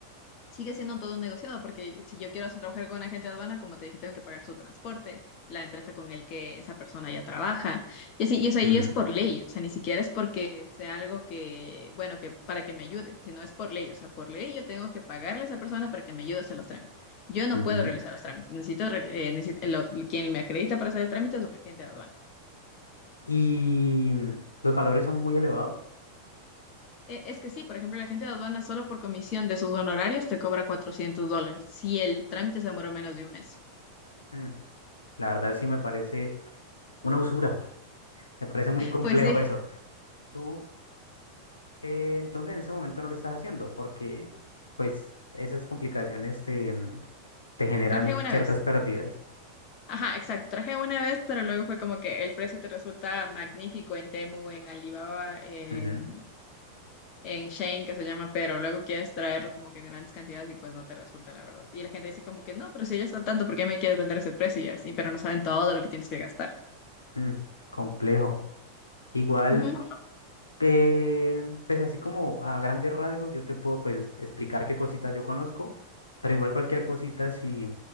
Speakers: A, on the left; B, on the left.
A: sigue siendo todo un negociado, porque si yo quiero hacer trabajar con un agente de aduana, como te dije, tengo que pagar su transporte, la empresa con el que esa persona ya trabaja, y así, y, o sea,
B: ujú,
A: y es por ley, o sea, ni siquiera es porque sea algo que, bueno, que para que me ayude, sino es por ley, o sea, por ley yo tengo que pagarle a esa persona para que me ayude a hacer los trámites. Yo no
B: ujú.
A: puedo realizar los trámites, necesito, re- eh, necesito- lo- quien me acredita para hacer el trámite es un agente de aduana.
B: Y mm, los valores son muy elevados.
A: Eh, Es que sí, por ejemplo, la gente de aduana solo por comisión de sus honorarios te cobra 400 dólares si el trámite se demoró menos de un mes.
B: Mm, La verdad sí me parece una usura. Me parece muy complejo
A: Pues sí,
B: eso. Tú, eh, entonces en ese momento no lo estás haciendo porque pues esas complicaciones te, mm, te generan
A: Traje una
B: ciertas
A: vez.
B: pérdidas.
A: Ajá, exacto. Traje una vez, pero luego fue como que el precio te resulta magnífico en Temu, en Alibaba, en,
B: Ujú,
A: en Shein, que se llama, pero luego quieres traerlo como que en grandes cantidades y pues no te resulta, la verdad. Y la gente dice como que no, pero si ya está tanto, ¿por qué me quieres vender ese precio? Y así, pero no saben todo lo que tienes que gastar.
B: mm, Complejo. Igual.
A: Ujú.
B: Eh, pues así como a grandes rasgos, yo te puedo pues explicar qué cositas yo conozco, pero igual cualquier cosita si,